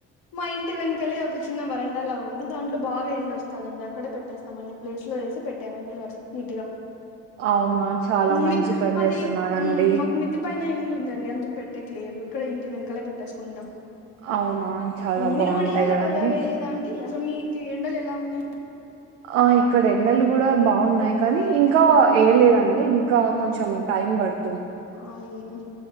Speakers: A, on the left (about 65°); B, on the right (about 80°).
A: మా ఇంటి వెన్కలే ఒక చిన్న వరణ్ కలగుంది దాంట్లో బాగా ఎండొస్తాదండి అక్కడే పెట్టేస్తాం అన్ని ప్లేస్ లో ఎసి పెట్టామనీ నీట్గా
B: అవున చాలా మంచి
A: మీద్
B: పన్
A: మాది
B: జేస్తున్నరండి.
A: మ్మ్ మాకు మిద్ది పైన ఇండ్లు ఉందండి అందుకు పెట్టేకి లేదు ఇక్కడ ఇంటి వెన్కలే పెట్టేస్కుంటాం.
B: అవునా! చాలా
A: మీరు
B: బావుంటాయి
A: వడియాల్
B: గదండీ!
A: వెయ్ల వేయ్లేదా అండి. అస్ ఇక మీకి ఎండల్ ఎలా ఉన్నాయ్
B: ఆ ఇక్కడెండలు కూడా బాగున్నాయ్ కానీ ఇంకా వేయలేదండి ఇంకా కొంచెం టైం పడుత్
A: అవును